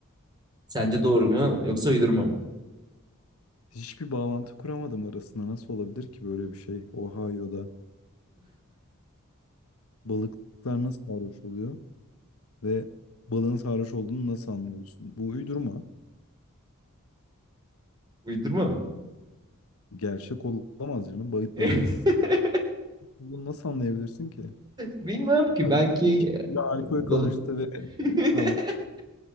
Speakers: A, on the right; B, on the left.
A: Sence doğru
B: Çok
A: mu yoksa uydurma mı?
B: hiçbir bağlantı kuramadım arasında. Nasıl olabilir ki böyle bir şey? Ohio'da balıklar nasıl sarhoş oluyor ve balığın sarhoş olduğunu nasıl anlıyorsun? Bu uydurma.
A: Uydurma mı?
B: Gerçek olamaz canım. Balık
A: <laughs>
B: balığın Bunu nasıl anlayabilirsin ki?
A: Bilmem ki
B: Abi,
A: belki e,
B: Ya alkol
A: balık
B: karıştı ve
A: <laughs>
B: tamam.